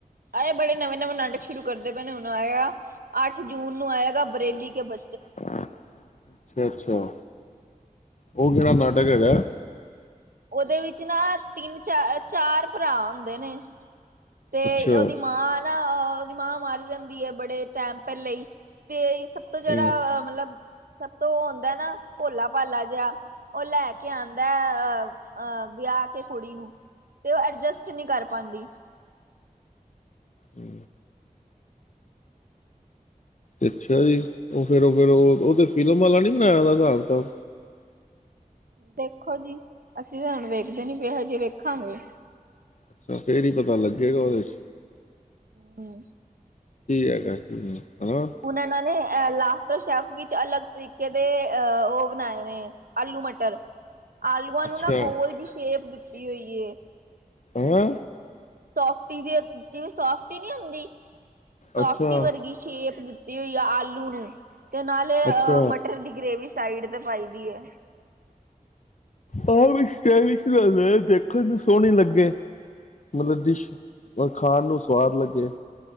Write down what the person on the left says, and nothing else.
ਅੱਛਾ ਅੱਛਾ। ਉਹ ਕਿਹੜਾ ਨਾਟਕ ਹੈਗਾ?
ਅੱਛਾ
ਹੂੰ
ਹਮ। ਅੱਛਾ ਜੀ ਉਹ ਫੇਰ ਉਹ ਫੇਰ ਉਹ ਉਹ ਤੇ ਫ਼ਿਲਮ ਵਾਲਾ ਨੀ ਬਨਾਇਆ ਦਾ ਹਿਸਾਬਤਾਬ
ਅੱਛਾ ਫੇਰ ਹੀ ਪਤਾ ਲੱਗੇਗਾ ਉਹਦੇ ਚ
ਕੀ ਹੈਗਾ ਕਿ ਨਹੀਂ। ਹਨਾ
ਅੱਛਾ
ਹੈਂ
ਹੈਂ।
ਅੱਛਾ
ਅੱਛਾ
ਉਹ ਵੀ ਇਕ ਗੱਲ ਏ ਦੇਖਣ ਨੂੰ ਸੋਹਣੀ ਲੱਗੇ ਮਤਲਬ ਡਿਸ਼ ਖਾਣ ਨੂੰ ਸਵਾਦ ਲੱਗੇ।